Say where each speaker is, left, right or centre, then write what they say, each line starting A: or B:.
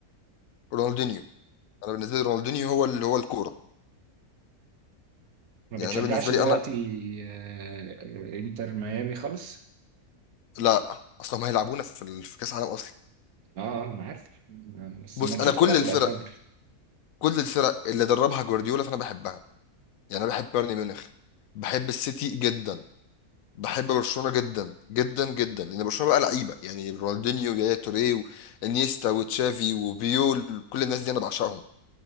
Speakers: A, on the left (about 70°); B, on the right (about 75°).
A: رونالدينيو انا بالنسبه لي رونالدينيو هو اللي هو الكوره
B: ما
A: يعني
B: بتشجعش
A: انا بالنسبه
B: دلوقتي
A: لي انا
B: آه، آه، انتر ميامي خالص
A: لا اصلا ما هيلعبونا في ال- في كاس العالم اصلا
B: اه آه، انا عارف آه، بس
A: بص
B: الماتشات
A: انا كل
B: كلها تبقى
A: الفرق
B: الفجر
A: كل الفرق اللي دربها جوارديولا فانا بحبها يعني انا بحب بايرن ميونخ بحب السيتي جدا بحب برشلونه جدا جدا جدا لان برشلونه بقى لعيبه يعني رونالدينيو ويايا توريه وانيستا وتشافي وبيول كل الناس دي انا بعشقهم